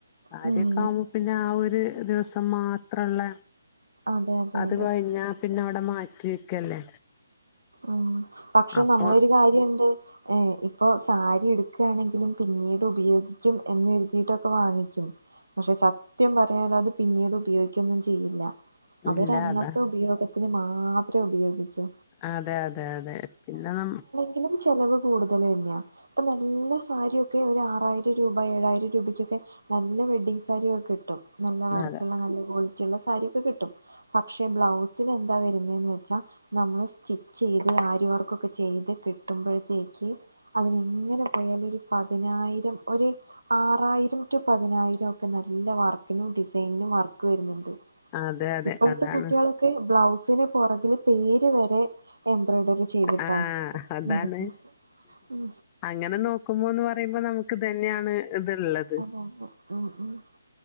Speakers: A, on the left; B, on the right.
A: ആരെ
B: ഉം
A: <unintelligible> പിന്ന ആ ഒരു ദിവസം മാത്രള്ള
B: അതെ അതെ
A: അത്
B: അതെ
A: കഴിഞ്ഞ പിന്നെ അവടെ മാറ്റി വെക്കല്ലേ
B: ഉം പക്ഷെ
A: അപ്പൊ
B: നമ്മളൊരു കാര്യണ്ട് ഏഹ് ഇപ്പൊ സാരി എടുക്കുകയാണെങ്കിലും പിന്നീട് ഉപയോഗിക്കും എന്ന് കരുതിയിട്ടൊക്കെ വാങ്ങിക്കും. പക്ഷെ സത്യം പറയാലോ അത് പിന്നീട് ഉപയോഗിക്കൊന്നും ചെയ്യില്ല. അതൊരന്നത്തെ
A: ഇല്ല അതാ
B: ഉപയോഗത്തിന് മാത്രേ ഉപയോഗിക്കൂ.
A: അതെ അതെ അതെ പിന്നെ നം
B: തിനും ചെലവ് കൂടുതല് തന്നെയാ ഇപ്പ നല്ല സാരിയൊക്കെ ഒരു ആറായിരം രൂപ ഏഴായിരം രൂപക്കൊക്കെ നല്ല വെഡ്ഡിംഗ്‌ സാരി ഒക്കെ കിട്ടും നല്ല വർക്കുള്ള
A: അതെ
B: നല്ല ക്വാളിറ്റി ചില സാരിക്കെ കിട്ടും പക്ഷെ ബ്ലൗസില് എന്താ വരുന്നെന്ന് വെച്ചാ നമ്മള് സ്റ്റി ചെയ്ത് ആര്യവർക്കൊക്കെ ചെയ്ത് കിട്ടുമ്പഴത്തേക്ക് അതിനിങ്ങനെ പോയാലും ഒരു പതിനായിരം ഒര് ആറായിരം റ്റു പതിനായിരം ഒക്കെ നല്ല വർക്കിനും ഡിസൈൻനും വർക്ക് വരുന്നുണ്ട്
A: അതെ അതെ
B: ഇപ്പഴത്തെ
A: അതാണ്
B: കുട്ടികൾക്ക് ബ്ലൗസിന് പുറകില് പേര് വരെ എംബ്രോയ്ഡറി ചെയ്തിട്ടാ
A: ആഹ് അതാണ്
B: നടക്കും ഉം
A: അങ്ങനെ നോക്കുമ്പോന്ന് പറയുമ്പോ നമുക്ക് ഇതുതന്നെയാണ് ഇത്ള്ളത്
B: ഹോ ഹോ <unintelligible>